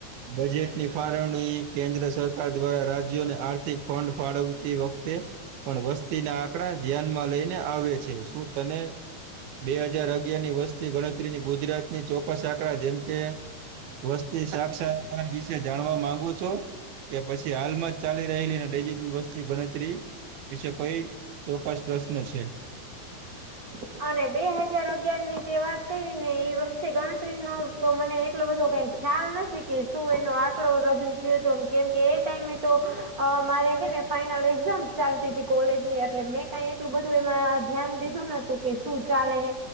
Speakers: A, on the right; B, on the right.
A: બજેટની ફાળવણી કેન્દ્ર સરકાર દ્વારા રાજ્યોને આર્થિક ફંડ ફાળવતી વખતે પણ વસ્તી ના આંકડા ધ્યાનમાં લઈને આવે છે. શું તને? બે હજાર અગિયાર ની વર્ષતી ગણતરીની ગુજરાત ની ચોક્કસ આંકડા જેમ કે વસ્તી સાક્ષા વિશે જાણવા માંગુ છો? કે પછી હાલમાં જ ચાલી રહેલી ડિજટ વસ્તી ગણતરી. વિશે કઈ ચોકસ પ્રશ્ન છે?
B: <inaudible> અને બે હાજાર અગયાર ની તે વાત કરી ને, એ વસ્તી ગણતરી નો તો મને એટલો બધો કઈક ખ્યાલ નથી કે શું? એનો આંકડો રજૂ થયો હતો, કેમ કે એ ટાઈમે તો અ મારે હે ને ફાઈનલ એક્ઝામ્સ ચાલતી હતી કોલેજની એટલે મેં કાઈ એટલું બધું એમાં ધ્યાન દીધું નતું કે શું ચાલે હે,